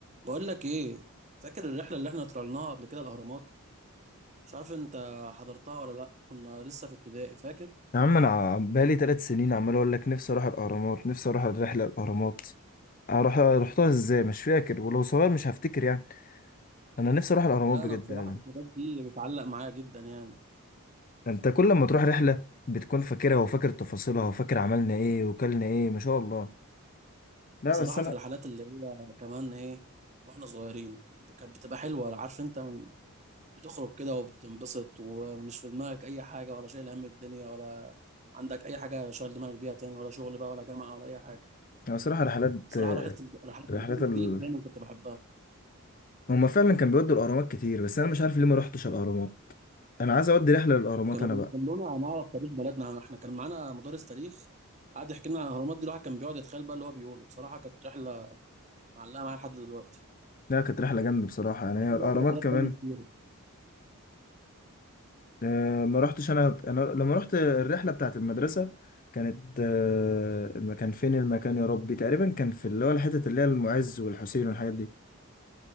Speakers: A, on the right; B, on the left.
A: بقول لك ايه فاكر الرحله اللي احنا طلعناها قبل كده الاهرامات مش عارف انت حضرتها ولا لا كنا لسه في ابتدائي فاكر
B: يا عم انا بقالي ثلاث سنين عمال اقول لك نفسي اروح الاهرامات نفسي اروح الرحله الاهرامات اروح رحتها ازاي مش فاكر ولو صغير مش هفتكر يعني انا نفسي اروح الاهرامات
A: لا انا
B: بجد
A: بصراحه
B: يعني
A: الحاجات دي بتعلق معايا جدا يعني
B: انت كل ما تروح رحله بتكون فاكرها وفاكر تفاصيلها وفاكر عملنا ايه وكلنا ايه ما شاء الله لا
A: بصراحه
B: بس انا
A: في الرحلات اللي هي كمان ايه واحنا صغيرين كانت بتبقى حلوه عارف انت من- بتخرج كده وبتنبسط ومش في دماغك اي حاجه ولا شايل هم الدنيا ولا عندك اي حاجه شغل دماغك بيها تاني ولا شغل بقى ولا جامعه ولا اي حاجه
B: انا بصراحه رحلات
A: صراحه رحله الرحلات
B: رحلات
A: اللي
B: ال...
A: دي دايما كنت بحبها
B: هما فعلا كان بيودوا الاهرامات كتير بس انا مش عارف ليه ما رحتش الاهرامات انا عايز اودي رحله للاهرامات
A: كانوا
B: انا
A: بيخلونا
B: بقى
A: هنعرف تاريخ بلدنا احنا كان معانا مدرس تاريخ قعد يحكي لنا عن الاهرامات دي الواحد كان بيقعد يتخيل بقى اللي هو بيقوله بصراحه كانت رحله معلقه معايا لحد دلوقتي
B: لا كانت رحله جامده بصراحه يعني هي
A: احنا
B: الاهرامات
A: برضه بحاجات
B: كمان
A: تانية كتير
B: آه، ما رحتش انا انا لما رحت الرحله بتاعت المدرسه كانت آه، الم- كان فين المكان يا ربي تقريبا كان في اللي هو الحته اللي هي المعز والحسين والحاجات دي